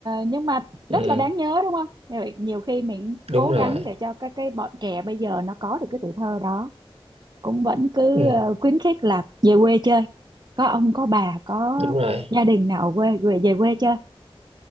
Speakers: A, on the right; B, on the right.
A: nhưng mà rất
B: ừ.
A: là đáng nhớ đúng không Rồi nhiều khi mình
B: đúng
A: cố gắng
B: rồi
A: để cho các cái bọn trẻ bây giờ nó có được cái tuổi thơ đó cũng vẫn cứ
B: ừ
A: ờ, khuyến khích là về quê chơi có ông có bà có
B: đúng rồi
A: gia đình nào ở quê về về quê chơi